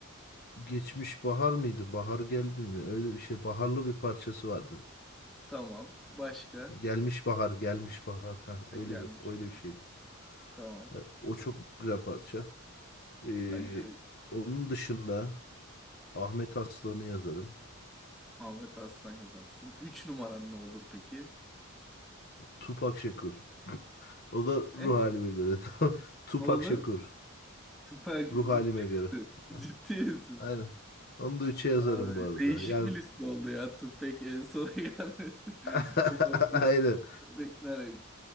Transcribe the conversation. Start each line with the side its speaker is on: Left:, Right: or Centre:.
Left: geçmiş bahar mıydı? Bahar geldi mi? Öyle bir şey. Baharlı bir parçası vardı.
Centre: Tamam. Başka?
Left: Gelmiş bahar, gelmiş bahar. Ha,
Centre: Ha,
Left: öyle
Centre: gelmiş
Left: bir, öyle
Centre: bana.
Left: bir şeydi.
Centre: Tamam.
Left: Ee, o çok güzel parça. Ee,
Centre: Bence de güzel bir parça.
Left: onun dışında Ahmet Aslan'ı yazarım.
Centre: Ahmet Arslan yazarsın. 3 numaran ne olur peki?
Left: Tupak Şakur. O da ruh
Centre: Ne?
Left: halime göre. <laughs> Tupak
Centre: Ne olur?
Left: Şakur.
Centre: Tüfek
Left: Ruh
Centre: ciddi
Left: halime göre.
Centre: misin? <laughs>
Left: Ha,
Centre: Ciddi misin?
Left: Aynen. Onu da üçe yazarım
Centre: Ay,
Left: bu arada.
Centre: değişik
Left: Yani
Centre: bir liste oldu ya. Tüpek en sona <laughs> gelmesi.
Left: <laughs>
Centre: Orada
Left: aynen.
Centre: Tüfek nereye?